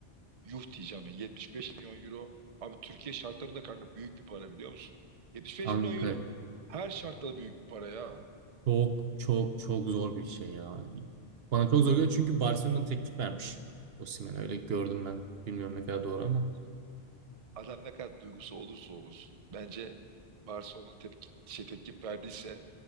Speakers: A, on the right; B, on the right.
A: yuh diyeceğim yani 75 milyon euro. Abi Türkiye şartlarında kanka büyük bir para biliyor musun? 75
B: Kanka
A: milyon euro. Her şartta büyük bir para ya.
B: Çok çok çok zor bir şey ya. Bana çok zor geliyor çünkü Barcelona teklif vermiş. Osimhen öyle gördüm ben. Bilmiyorum ne kadar doğru ama.
A: adam ne kadar duygusu olursa olsun bence Barcelona tepki, şey, tepki verdiyse